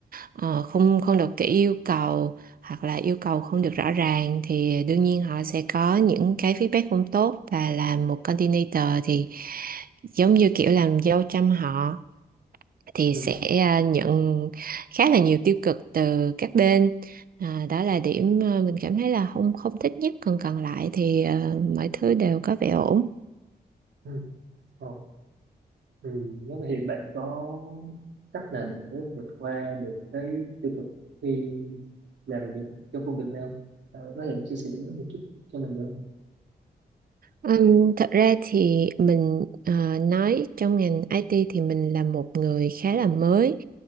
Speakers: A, on the right; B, on the right.
A: ờ, không không được kỹ yêu cầu hoặc là yêu cầu không được rõ ràng thì đương nhiên họ sẽ có những cái feedback không tốt và làm một coordinator thì giống như kiểu làm dâu trăm họ thì
B: ừ.
A: sẽ à, nhận khá là nhiều tiêu cực từ các bên à, đó là điểm à, mình cảm thấy là không không thích nhất còn còn lại thì à, mọi thứ đều có vẻ ổn
B: Ừ. Ờ. Ừ, nếu vậy thì bạn có cách nào để vượt qua được cái tiêu cực khi làm việc cho công việc này không? Bạn có thể chia sẻ một chút cho mình được không?
A: Ừm, thật ra thì mình ờ, nói trong ngành IT thì mình là một người khá là mới.